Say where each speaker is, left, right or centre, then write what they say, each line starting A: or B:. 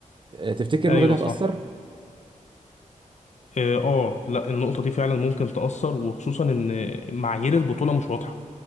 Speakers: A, on the right; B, on the left.
A: آه، تفتكر النقطه
B: أيوه
A: دي هتاثر
B: صح اه آه، لا النقطة دي فعلا ممكن تأثر وخصوصا ان معايير البطولة مش واضحة